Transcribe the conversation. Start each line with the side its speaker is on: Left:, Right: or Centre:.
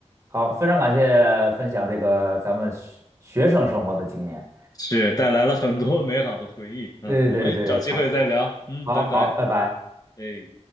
Right: 好，非常感谢分享这个咱们学学生生活的经验。
Left: 是带来了很多 <laughs> 美好的回忆。嗯，
Right: 对对对。
Left: 我们找机会再聊。
Right: 好。
Left: 嗯，
Right: 好好，
Left: 拜拜。
Right: 拜拜。
Left: 哎。